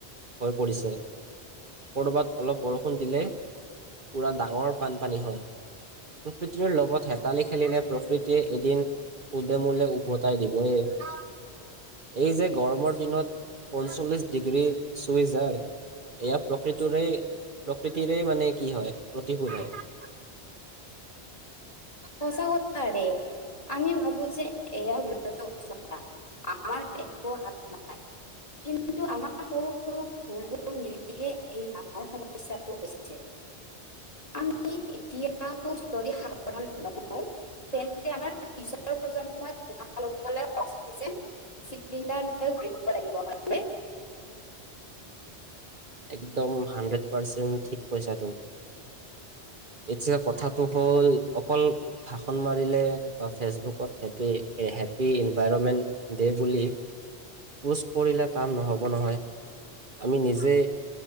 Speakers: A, on the right; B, on the left.
A: হৈ পৰিছে। ক'ৰবাত অলপ বৰষুণ দিলে পুৰা ডাঙৰ বানপানী হয়। উদ্ভিদ যোৰ লগত হেতালি খেলিলে প্ৰকৃতিয়ে এদিন সুদেমোলে উভতাই দিবয়ে। এই যে গৰমৰ দিনত পঞ্চল্লিশ ডিগ্ৰী চুই যায় এয়া প্ৰকৃতিৰে প্ৰকৃতিৰে মানে কি হয় প্ৰতিশোধ হয়।
B: সঁচা কথা ৰে আমি ভাবো যে এয়া গোলকীয় উষ্ণতা আমাৰ একো হাত নাই। কিন্তু আমাৰ সৰু সৰু ভুলবোৰ মিলিহে এই ডঙৰ সমস্যাটো হৈছে। আমি এতিয়াও যদি সাৱধান নহওঁ তেন্তে আমাৰ পিছৰ প্ৰজন্মই উসশা ল'বলৈ অক্সিজেন চিলিণ্ডাৰ লৈ ঘূৰিব লাগিব হয় নে?
A: একদম হাড্ৰেড পাৰ্চেণ্ট ঠিক কৈছা তুমি। এতিয়া কথাটো হ'ল অকল ভাষণ মাৰিলে বা ফেচবুকত হেপী হেপী ইনভাইৰমেণ্ট দে বুলি পোচ কৰিলে কাম নহ'ব নহয়, আমি নিজে